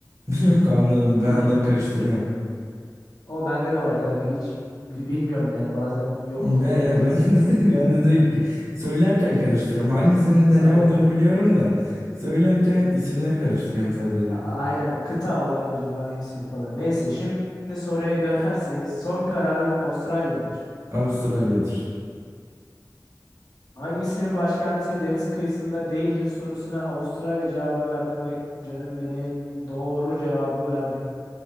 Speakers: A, on the right; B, on the left.
A: <laughs> Yok anladım.
B: <laughs>
A: Ben onları karıştırıyorum.
B: O bende de var kanka. Hiç bi- bilmiyorum yani bazen yok
A: Ben
B: oluyor o
A: ya
B: bilgi
A: ben
B: ben.
A: <laughs> ben de direkt
B: <laughs>
A: söylerken karıştırıyorum. Hangisinin de
B: Aynen.
A: ne olduğunu biliyorum da söylerken isimleri karıştırıyorum sadece.
B: A- Aynen. Kıta olan acaba hangisiydi falan. Neyse şimdi soruya dönersek son kararın Avustralya mıdır?
A: Avustralya'dır.
B: Hangisinin başkenti deniz kıyısında değildir sorusuna Avustralya cevabı verdim ve canım benim doğru cevabı verdin.